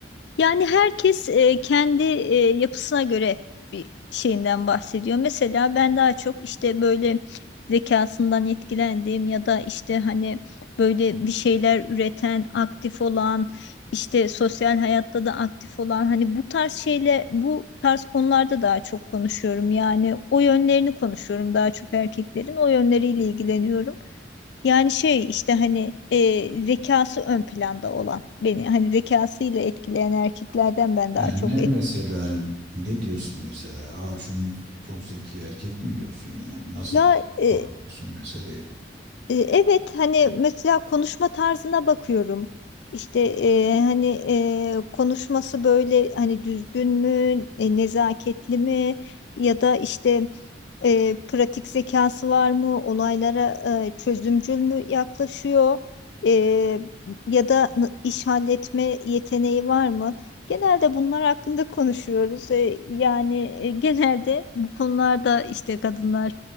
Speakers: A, on the left; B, on the right.
A: Yani herkes e, kendi e, yapısına göre bir şeyinden bahsediyor. Mesela ben daha çok işte böyle zekasından etkilendiğim ya da işte hani böyle bir şeyler üreten, aktif olan, işte sosyal hayatta da aktif olan hani bu tarz şeyle bu tarz konularda daha çok konuşuyorum. Yani o yönlerini konuşuyorum daha çok erkeklerin o yönleriyle ilgileniyorum. Yani şey işte hani e, zekası ön planda olan beni hani zekasıyla etkileyen erkeklerden ben daha
B: Yani
A: çok
B: ne
A: et.
B: mesela ne diyorsun mesela? Aa şunun çok zeki erkek mi diyorsun yani? Nasıl
A: Ya e,
B: anlatıyorsun meseleyi?
A: E, Evet hani mesela konuşma tarzına bakıyorum. İşte e, hani e, konuşması böyle hani düzgün mü, e, nezaketli mi ya da işte e, pratik zekası var mı, olaylara e, çözümcül mü yaklaşıyor E, ya da n- iş halletme yeteneği var mı? Genelde bunlar hakkında konuşuyoruz. E, yani e, genelde bu konularda işte kadınlar